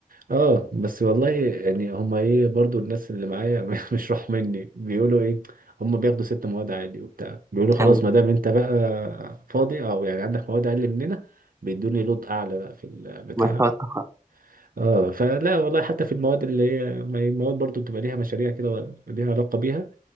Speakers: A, on the right (about 80°); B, on the right (about 20°).
A: اه بس والله يعني هما ايه برضو الناس اللي معايا <laughs> مش راح مني بيقولوا ايه هما بياخدوا ست مواد عادي وبتاع بيقولوا خلاص
B: يعني
A: ما دام انت بقى فاضي او يعني عندك مواد اقل مننا بيدوني لود اعلى بقى في البتاع
B: مشروع التخرج
A: اه فلا والله حتى في المواد اللي هي ما هي المواد برضو بتبقى ليها مشاريع كده و- ليها علاقة بيها